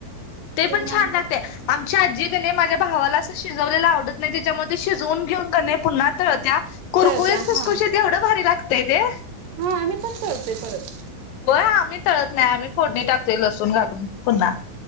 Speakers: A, on the left; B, on the right.
A: ते पण
B: आम्ही
A: छान लागते,
B: खूप
A: आमच्या आजीने माझ्या भावाला असं शिजवलेला आव <unintelligible> त्याच्यामध्ये ते शिजवून घेऊन पुन्हा. तळत्यात. कुरकुरत
B: तळत्या
A: फस
B: हा
A: कुशी एवढं भारी लाग लागतय ते.
B: हा आम्ही पण तळतोय परत
A: हो आम्ही तळत नाही, आम्ही फोडणी टाको लसूण घालून पुन्हा.